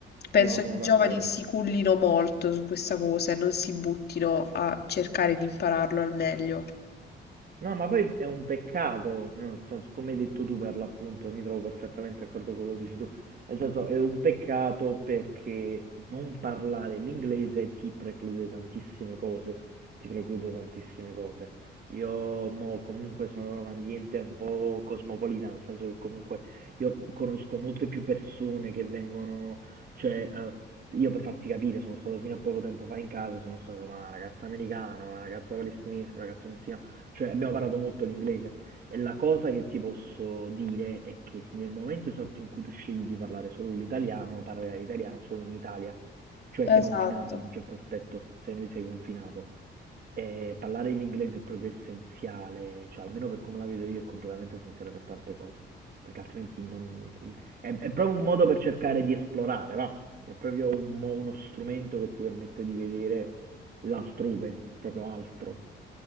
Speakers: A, on the left (about 55°); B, on the right (about 50°).
A: Penso
B: no, sono
A: che i
B: d'accordo.
A: giovani si cullino molto su questa cosa e non si buttino a cercare di impararlo al meglio.
B: No, ma poi è un peccato, no, nel senso, come hai detto tu per l'appunto, e mi trovo perfettamente d'accordo con quello che dici tu, nel senso è un peccato perché non parlare l'inglese ti preclude tantissime cose, ti preclude tantissime cose. Io mo, comunque sono in un ambiente un po' cosmopolita, nel senso che comunque io conosco molte più persone che vengono, cioè, eh, io per farti capire sono stato fino a poco tempo fa in casa, sono stato con una ragazza americana, una ragazza palestinese, un ragazzo messicano, cioè abbiamo parlato molto l'inglese e la cosa che ti posso dire è che nel momento esatto in cui tu scegli di parlare solo l'italiano, parlerai italiano solo in Italia cioè sei
A: Esatto.
B: confinato in un certo aspetto, sei noi sei confinato. E parlare l'inglese è proprio essenziale, cioè almeno per come la vedo io è completamente essenziale per tante cose, perché altrimenti non... È, è proprio un modo per cercare di esplorare, va? È proprio un mo- uno strumento che ti permette di vedere l'altrove, proprio altro.